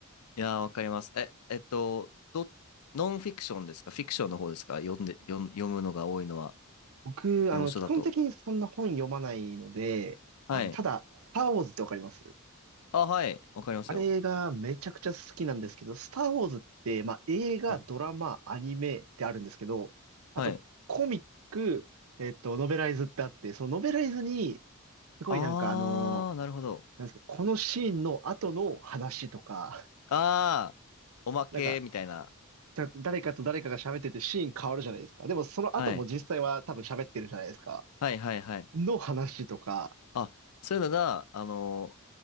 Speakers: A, on the left; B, on the right.
A: いやー、わかります。え、えっと、ど、ノンフィクションですかフィクションの方ですか読んで、読ん、読むのが多いのは、
B: 僕、
A: 洋書だと。
B: あの、基本的にそんな本読まないので、
A: はい。
B: あの、ただ、スター・ウォーズってわかります
A: あ、はい。わかりますよ。
B: あれがめちゃくちゃ好きなんですけど、スター・ウォーズって、まあ、映画、
A: はい。
B: ドラマ、アニメってあるんですけど、あとコミック、
A: はい。
B: えっと、ノベライズってあって、そのノベライズに、すごいなんかあのー
A: あー、なるほど。
B: なんですか、このシーンの後の話とか、
A: あー、
B: <laughs>
A: おまけみたいな。
B: なんか、誰かと誰かが喋っててシーン変わるじゃないですか。でもその後も実際は多分喋ってるじゃないですか。
A: はい。はいはいはい。
B: の話とか、
A: あ、そういうのが、あの、